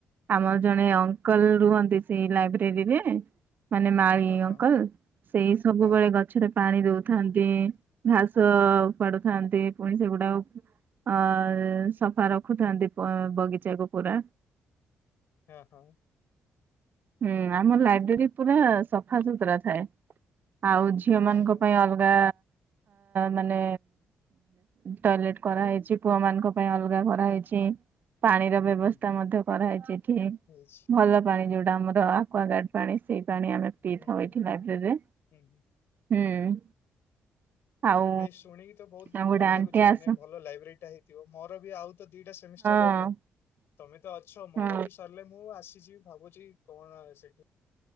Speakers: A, on the right; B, on the left.
A: ଆମ ଜଣେ ଅଙ୍କଲ ରୁହନ୍ତି ସେଇ ଲାଇବ୍ରେରୀରେ ମାନେ ମା
B: ହଁ
A: ଅଙ୍କଲ
B: ହଁ
A: ସେଇ ସବୁବେଳେ
B: ହଁ
A: ଗଛରେ ପାଣି ଦଉଥାନ୍ତି। ଘାସ ଥାନ୍ତି ପୁଣି ସେଗୁଡା ଅ ସଫା ରଖୁଥାନ୍ତି ବଗିଚାକୁ ପୁରା।
B: ହଁ ହଁ ହଁ
A: ହୁଁ ଆମ ଲାଇବ୍ରେରୀ
B: ହୁଁ
A: ପୁରା
B: ହୁଁ
A: ସଫା ସୁତୁରା ଥାଏ, ଆଉ ଝିଅ
B: ହଁ
A: ମାନଙ୍କ
B: ହଁ
A: ପାଇଁ
B: ହଁ।
A: ଅଲଗା ମାନେ ଟଏଲେଟ କରାହେଇଛି ପୁଅ ମାନଙ୍କ ପାଇଁ ଅଲଗା କରାହେଇଛି ଚି <inaudible> ପାଣିର ବ୍ୟବସ୍ଥା
B: ହୁଁ ହୁଁ
A: ମଧ୍ୟ କରାହେଇଛି ଏଠିକ
B: ହେଇଛି
A: ଭଲ
B: ହୁଁ
A: ପାଣି
B: ହୁଁ
A: ଯୋଉଟା
B: ହୁଁ
A: ଆମର ଏକ୍ୱାଗାଡ ପାଣି ସେଇ ପାଣି ଆମେ ପିଇଥାଉ
B: ହୁଁ ହୁଁ
A: ଏଇଠି
B: ହୁଁ
A: ଲାଇବ୍ରେରୀରେ
B: ହୁଁ ହୁଁ।
A: ହୁଁ। ଆଉ
B: ନାଇଁ ଶୁଣିକି ତ ବହୁତ
A: ଆଉ ଗୋଟେ
B: ଭଲ
A: ଆଣ୍ଟି
B: ଲାଗୁଛି
A: ଆସ
B: ମାନେ ଭଲ ଲାଇବ୍ରେରୀ ଟା ହେଇଥିବ ମୋର ବି ଆଉ ତ ଦିଟା ସେମିଷ୍ଟାର
A: ହଁ।
B: ର ତମେ ତ ଅଛ ମୋର
A: ହଁ
B: ବି ସରିଲେ ମୁଁ ଆସିଛି ଭାବୁଛି କଣ ସେଠି?